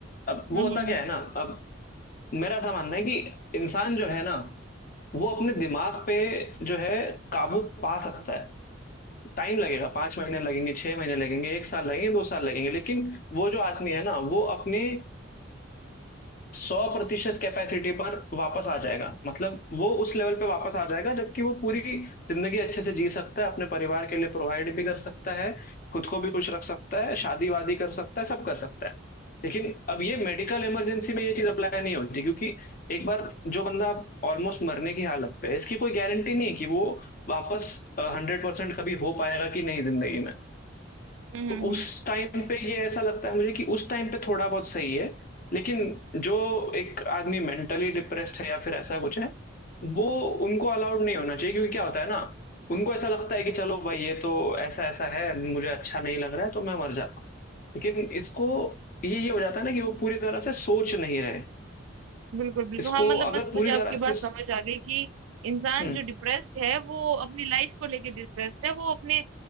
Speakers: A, on the left; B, on the right.
A: अब वो
B: हम्म
A: होता
B: हम्म हम्म
A: क्या है ना अब मेरा ऐसा मानना है कि इंसान जो है ना वो अपने दिमाग पे जो है काबू पा सकता है टाइम लगेगा पांच महीने लगेंगे छह महीने लगेंगे एक साल लगेंगे दो साल लगेंगे लेकिन वो जो आदमी है ना वो अपने सौ प्रतिशत कैपेसिटी पर वापस आ जाएगा मतलब वो उस लेवल पे वापस आ जाएगा जबकि वो पूरी जिंदगी अच्छे से जी सकता है अपने परिवार के लिए प्रोवाइड भी कर सकता है खुद को भी खुश रख सकता है शादी वादी कर सकता है सब कर सकता है लेकिन अब ये मेडिकल इमरजेंसी में ये चीज अप्लाई नहीं होती क्योंकि एक बार जो बंदा ऑलमोस्ट मरने की हालत पे है इसकी कोई गारंटी नहीं है कि वो वापस हंड्रेड परसेंट कभी हो पाएगा कि नहीं जिंदगी में
B: हम्म
A: तो
B: हम्म हम्म, हम्म,
A: उस
B: हम्म।
A: टाइम पे ये ऐसा लगता है मुझे कि उस टाइम पे थोड़ा बहुत सही है लेकिन जो एक आदमी मेंटली डिप्रेस्ड है या फिर ऐसा कुछ है वो उनको अलाउड नहीं होना चाहिए क्योंकि क्या होता है ना उनको ऐसा लगता है कि चलो भाई ये तो ऐसा ऐसा है मुझे अच्छा नहीं लग रहा है तो मैं मर जाता हूँ लेकिन इसको ये ये हो जाता है ना कि वो पूरी तरह से सोच नहीं रहे
B: बिल्कुल बिल्कुल
A: इसको
B: हाँ मतलब
A: अगर
B: बस
A: पूरी
B: मुझे आपकी
A: तरह
B: बात
A: से
B: समझ आ गई कि इंसान
A: हम्म
B: जो डिप्रेस्ड है वो अपनी लाइफ को लेके डिप्रेस्ड है वो अपने